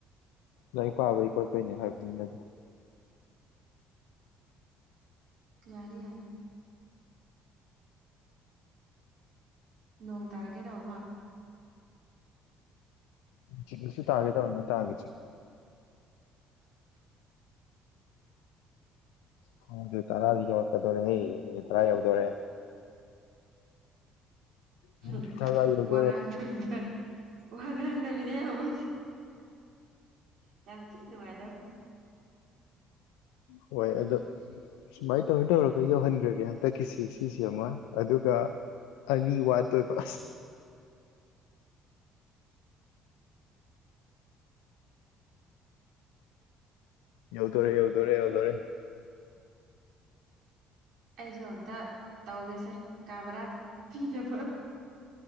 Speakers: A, on the left; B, on the right.
A: ꯂꯥꯏꯔꯤꯛ ꯄꯥꯕꯩ ꯈꯣꯠꯄꯩꯅꯦ ꯍꯥꯏꯕꯅꯤꯅ ꯑꯗꯨꯝ
B: ꯌꯥꯅꯤ ꯌꯥꯅꯤ ꯅꯣꯡ ꯇꯥꯔꯛꯀꯦ ꯇꯧꯕ ꯃꯥꯜ
A: ꯅꯨꯡꯊꯤꯜꯗꯁꯨ ꯇꯥꯒꯦ ꯇꯧꯔꯝꯕꯅꯤ ꯇꯥꯒꯤꯗꯔꯦ ꯈꯪꯗꯦ ꯇꯔꯥꯗꯤ ꯌꯧꯔꯛꯀꯗꯧꯔꯦꯍꯦ ꯑꯗꯨ ꯇꯔꯥ ꯌꯧꯗꯣꯔꯦ ꯃꯤꯅꯤꯠ
B: ꯍꯨꯡ
A: ꯇꯔꯥ ꯌꯧꯗꯣꯔꯦ
B: ꯋꯥ ꯉꯥꯡꯗꯕꯤꯗ ꯋꯥ ꯉꯥꯡꯗꯕꯤꯗ ꯌꯥꯕꯣꯏꯊꯤ ꯌꯥꯝ ꯊꯤ ꯅꯨꯡꯉꯥꯏꯗꯧ
A: ꯍꯣꯏ ꯑꯗꯣ ꯁꯨꯃꯥꯏ ꯇꯧꯔ ꯇꯧꯔꯒ ꯌꯧꯍꯟꯒ꯭ꯔꯒꯦ ꯍꯟꯗꯛꯀꯤꯁꯤ ꯁꯤꯁꯦ ꯑꯃ ꯑꯗꯨꯒ ꯑꯅꯤ ꯋꯥꯠꯇꯣꯏꯕ ꯌꯧꯗꯣꯔ ꯌꯧꯗꯣꯔꯦ ꯌꯧꯗꯣꯔꯦ
B: ꯑꯩꯖꯨ ꯑꯝꯇ ꯇꯧꯒꯦꯁꯦ ꯀꯥ ꯕꯔꯥ ꯄꯤꯅꯕ